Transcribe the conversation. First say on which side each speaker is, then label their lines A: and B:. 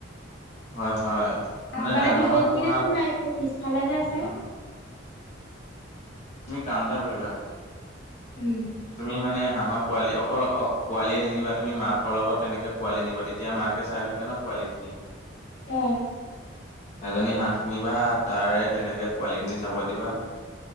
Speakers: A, on the left; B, on the left.
A: হয় হয় মানে
B: আগফালে
A: ডাঙৰ
B: পিছৰি
A: হাঁহ
B: থিকনে
A: পোহা
B: একো নাই কিন্তু পিছফালে যে আছে।
A: উম তুমি কাম এটা কৰিবা?
B: উম।
A: তুমি মানে হাঁহৰ পোৱালি অকল পোৱালিয়ে নিনিবা, তুমি মাকৰ লগত তেনেকে পোৱালি নিবা তেতিয়া মাক তাকে চাই থাকে ন পোৱালীজনী?
B: অ।
A: এজনী হাঁহ কিনিবা তাৰে তেনেকে পোৱালিখিনি চাব দিবা।